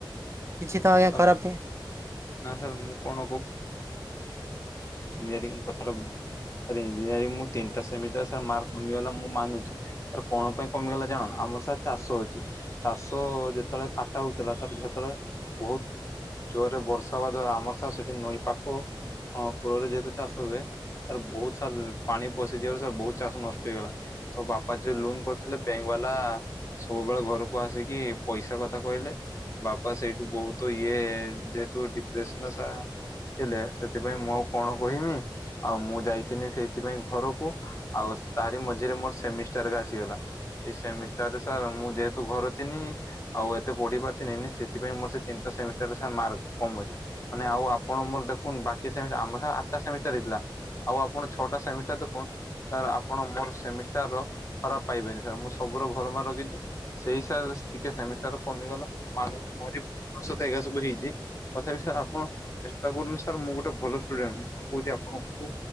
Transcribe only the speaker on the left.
ସାର୍
ନା ସାର୍ ମୁଁ କଣ ଇନ୍ କଥା ଟା ବୁଝ୍ ସାର୍ ଇଞ୍ଜିନିୟରିଂ ମୁଁ ତିନିଟା ସେମିଷ୍ଟର ସାର ମାର୍କ କମିଗଲା ମୁଁ ମାନୁଛି। କଣ ପାଇଁ କମିଗଲା ଜାଣନ ଆଉ ଆମର ସାର୍ ଚାଷ ହଉଛି। ଚାଷ ଯେତେବେଳେ କାଟା ହଉଥିଲା ସାର୍ ଯେତେବେଳେ ବହୁତ ଜୋରରେ ବର୍ଷା ହବାଦ୍ୱାରା ଆମର ସାର୍ ସେଠି ନଈ ପାଖ ଅ କୂଳରେ ଯେହେତୁ ଚାଷ ହୁଏ। ସାର୍ ବହୁତ ସାର୍ ପାଣି ପଶିଯିବାରୁ ସାର୍ ବହୁତ ଚାଷ ନଷ୍ଟ ହେଇଗଲା। ତ ବାପା ଯୋଉ ଲୋନ କରିଥିଲେ ବ୍ୟାଙ୍କ ବା ହେଲା ସବୁବେଳେ ଘରକୁ ଆସିକି ପଇସା କଥା କହିଲେ ବାପା ସେଇଠୁ ବହୁତ ଇଏ ଯେହେତୁ ଡିପ୍ ଡିପ୍ରେସନ ସାର୍ ଥିଲେ ସେଥିପାଇଁ ମୁଁ କଣ କହିବି। ଆଉ ମୁଁ ଯାଇଥିଲି ସେଇଥିପାଇଁ ଘର ଓ ଆଉ ତାରି ମଝିରେ ମୋ ସେମିଷ୍ଟାର ହେକା ଆସିଗଲା ଏଇ ସେମିଷ୍ଟାରରେ ସାର ମୁଁ ଯେହେତୁ ଭ ପଢ଼ି ଥିନି ଆଉ ଏତେ ପଢି ପାରଥିନି ସେଥିପାଇଁ ମୋର ସେ ତିନିଟା ସେମିଷ୍ଟାରରେ ସାର୍ ମାର୍କ କମୁଛି। ମାନେ ଆଉ ଆପଣ ମୋର ଦେଖନ୍ତୁ ବାକି ସେମିଷ୍ଟାର। ଆମର ଆଠଟା ସେମିଷ୍ଟାର ହେଇଥିଲା। ଆଉ ଆପଣ ଛଅଟା ସେମିଷ୍ଟାର ଦେଖୁନ୍ ସାର୍ ଆପଣ ମୋର ସେମିଷ୍ଟାରର ଖରାପ ପାଇବେନି। ସାର୍ ମୁଁ ସବୁୁର ଭଲ ମାର୍କ ରଖିଛି। ସେଇ ସାର୍ ଟିକେ ସେମିଷ୍ଟାର କମିଗଲା ମାନୁଛି ମୋର ଭୁଲ ବଶତଃ ସବୁ ହେଇଛି। ତଥାପି ସାର୍ ଆପଣ ଚେଷ୍ଟା କରନ୍ତୁ। ସାର୍ ମୁଁ ଗୋଟେ ଭଲ ଷ୍ଟୁଡେଣ୍ଟ ମୁଁ କହୁଛି ଆପଣଙ୍କୁ,